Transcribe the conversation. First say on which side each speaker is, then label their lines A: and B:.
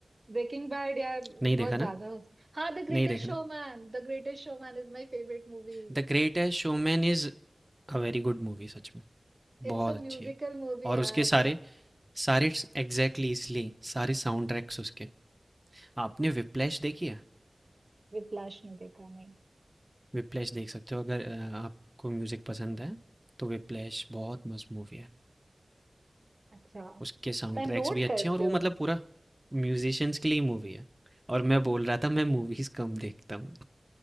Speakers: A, on the right (about 40°); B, on the right (about 15°).
A: ब्रेकिंग बैड यार बहुत
B: नहीं देखा
A: ज्यादा
B: ना?
A: हाँ the Greatest
B: नहीं देखना।
A: Showman the Greatest Showman is my favourite movie
B: The Greatest Showman is a very good movie सच में,
A: It's
B: बहुत
A: a
B: अच्छी
A: musical
B: है।
A: movie
B: और
A: यार
B: उसके सारे सारे स एग्ज़ैक्टली इसलिए सारे साउंड ट्रैक्स उसके। आपने व्हिप्लैश देखी है?
A: विप्लाश नहीं देखा नहीं
B: व्हिप्लैश देख सकते हो अगर अ, आपको म्यूज़िक पसंद है, तो व्हिप्लैश बहुत मस्त मूवी है।
A: अच्छा
B: उसके साउंड
A: मैं
B: ट्रैक्स
A: नोट
B: भी अच्छे
A: करते
B: हैं और वो
A: हूँ
B: मतलब पूरा म्यूज़िशियंस के लिए ही मूवी है। और मैं बोल रहा था मैं मूवीज़ कम देखता हूँ।